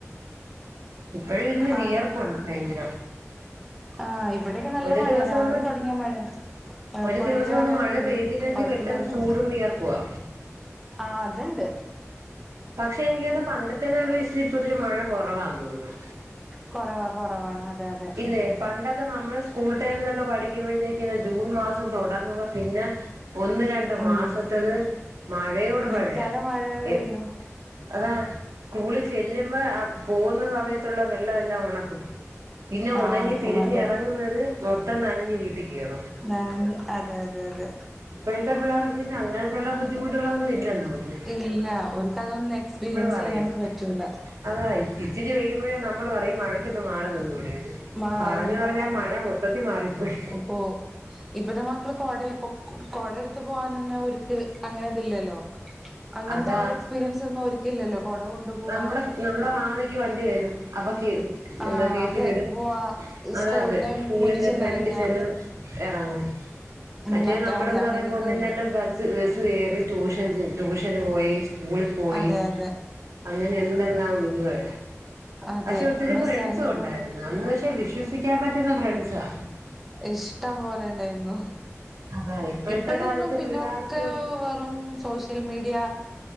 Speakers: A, on the right (about 80°); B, in the centre.
A: ഇപ്പഴേ വെരുന്ന വിയർപ്പുണ്ട്
B: ആഹ്
A: ഭയങ്കര
B: ആഹ് ഇവിടെയൊക്കെ നല്ല
A: ഒരു
B: മഴയ
A: ദിവസം
B: രാവിലെ
A: ഒന്ന്
B: തുടങ്ങിയ മഴയ ഏ
A: ഒരു
B: പൊഴയില്
A: ദിവസം ഒന്ന്
B: വെള്ളം
A: മഴ
B: കേറി
A: പെയ്തില്ലെങ്കിൽ
B: കൊളത്തില്
A: പെട്ടെന്ന്
B: വെള്ളം
A: ചൂടും വിയർപ്പുവാ
B: ആഹ് അത് ണ്ട്
A: പക്ഷെ എനിക്ക് എന്തോ പണ്ടത്തെനെ അപേക്ഷി ഇപ്പ ഇത്തിരി മഴ കൊറവാന്ത് തോന്നുന്നു
B: കൊറവാ കൊറവാണ് അതെ അതെ
A: ഇല്ലേ പണ്ടൊക്കെ നമ്മള് സ്കൂൾ ടൈമിലൊക്കെ പഠിക്കുമ്പോഴത്തേക്ക് ജൂൺ മാസം തുടങ്ങുമ്പോ പിന്നെ ഒന്ന് രണ്ട
B: ഉം
A: മാസത്തത് മഴയോട്
B: നിക്കാതെ
A: മഴയാ
B: മഴ പെയ്യും
A: എ അതാ കൂളി ചെല്ലുമ്പോ ആ പോകുന്ന സമയത്തുള്ള വെള്ളം എല്ലാം ഉണക്കും പിന്നെ
B: ആഹ്
A: ഉണങ്ങി
B: ഒണക്കും
A: തിരിഞ്ഞ്
B: അതെ
A: ഇറങ്ങുന്നത് മൊത്തം നനഞ്ഞ് വീട്ടി കേറും
B: നനഞ്ഞ് അതെ അതെ അതെ
A: ഇപ്പോഴത്തെ പിള്ളേർക്ക് പിന്നെ അങ്ങനെ തൊള്ള ബദ്ധിമുട്ടുകളൊന്നും ഇല്ലല്ലോ ഒന്നും
B: ഇല്ല ഓലിക്ക് അത് ഒന്ന് എക്സ്പീരിയൻസ്
A: പറയും
B: ചെയ്യാനും പറ്റൂല
A: അതാ ഇച്ചിരി പെയ്യുമ്പഴേ നമ്മള് പറയും ഈ മഴയ്ക്ക് ഒന്ന് മാറി നിന്നുടെ
B: മാറി
A: പറഞ്ഞ് പറഞ്ഞ് ആ മഴ മൊത്തത്തി മാറിപ്പോയി
B: ഓ ഇപ്പത്തെ മക്കള് കോട കോടഎടുത്ത് പോകൻ തന്നെ ഒര്ക്ക് അങ്ങനെ ഇതില്ലല്ലോ അങ്ങനത്തെ
A: അതാ
B: ഒരു എക്സ്പീരിയൻസ് ഒന്നും ഓരിക്ക് ഇല്ലല്ലോ കൊട കൊണ്ടു പോവാ
A: നമ്മുടെ നമ്മുടെ വാതക്കെ വണ്ടി വെരും അവക്കേ
B: ആഹ്
A: എന്താ കേറ്റി
B: കേറി
A: വിടും
B: പോവാ
A: അതെ
B: സ്കൂളിന്റെ
A: അതെ സ്കൂളിന്റെ
B: മുന്നിൽ ചെന്നെറങ്ങാ
A: ഫ്രണ്ടിൽ ചെന്ന് എറങ്ങ
B: ഉം
A: മറ്റേ
B: അത്ര
A: നമ്മളന്ന്
B: അതെ അങ്ങനെയൊക്കെയാണ്
A: പറയുമ്പോ ഒന്നും രണ്ടും ച്ച് ബസ്സ്‌ കെറി ട്യൂഷൻ ട്യൂഷന് പോയി സ്കൂളിൽ പോയി
B: അതെ അതെ
A: അങ്ങനെ എന്തെല്ലാം ഇതുവരെ
B: അതെ
A: പക്ഷെ ഒത്തിരി
B: ബസ്
A: ഫ്രണ്ട്സും
B: എറങ്ങി
A: ഉണ്ടായിരുന്നു
B: പോവുമ്പോ
A: അന്ന് പക്ഷെ വിശ്വസിക്കാൻ പറ്റുന്ന ഫ്രണ്ട്സാ
B: ഇഷ്ട്ടം പോലെ ഉണ്ടായിരുന്നു
A: അതാ ഇപ്പോഴത്തെ
B: ഇപ്പഴ്
A: കാലത്ത്
B: എന്നും പിന്നൊക്കെ
A: പിള്ളേർക്ക്
B: വെറും സോഷ്യൽ മീഡിയ